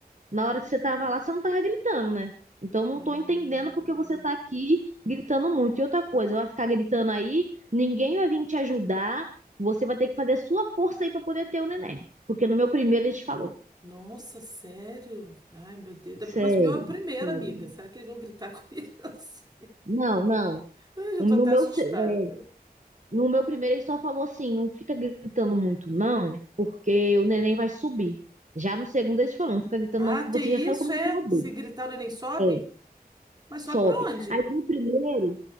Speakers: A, on the right; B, on the right.
A: Na hora que você tava lá, você não tava gritando, né? Então não
B: Hum,
A: tô entendendo porque você tá aqui gritando muito. E outra coisa, vai ficar gritando aí, ninguém vai vir te ajudar, você vai ter que fazer a sua força aí pra poder ter o neném. Porque no meu primeiro ele te falou.
B: nossa, sério? Ai, meu Deus. Ainda
A: Sério,
B: bem- Mas o meu é a primeira,
A: sério.
B: amiga. Será que eles vão gritar <laughs> comigo assim?
A: Não, não.
B: Ai, já
A: No
B: tô até
A: meu,
B: assustada.
A: se- é, no meu primeiro ele só falou assim, não fica gritando muito não, porque o neném vai subir. Já no segundo ele te falou, não fica gritando
B: Ah,
A: não, porque
B: tem
A: você já sabe
B: isso,
A: como
B: é?
A: é que é o bebê.
B: Se gritar, o neném sobe?
A: É,
B: Mas
A: sobe.
B: sobe pra onde?
A: Aí no primeiro